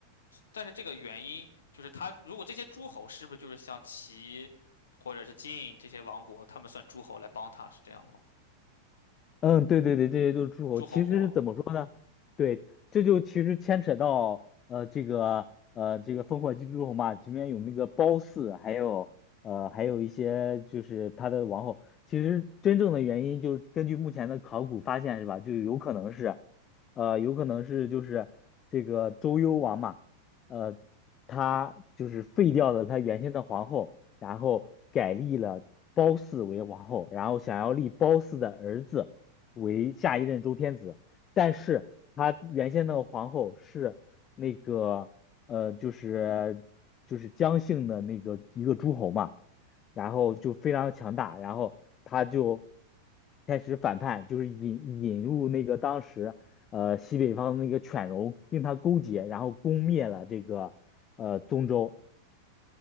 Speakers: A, on the left; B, on the left.
A: 但是这个原因就是他如果这些诸侯是不是就是像齐或者是晋这些王国，他们算诸侯来帮他是这样吗？
B: 嗯，对对对，这些都是诸侯。
A: 诸侯国
B: 其实是怎么说呢？对，这就其实牵扯到呃这个呃这个烽火戏诸侯嘛，里面有那个褒姒，还有呃还有一些就是他的王后。其实真正的原因就是根据目前的考古发现是吧，就有可能是呃有可能是就是这个周幽王嘛，呃他就是废掉了他原先的皇后，然后改立了褒姒为王后，然后想要立褒姒的儿子。为下一任周天子，但是他原先那个皇后是那个呃，就是就是姜姓的那个一个诸侯嘛，然后就非常强大，然后他就开始反叛，就是引引入那个当时呃西北方的那个犬戎跟他勾结，然后攻灭了这个呃东周，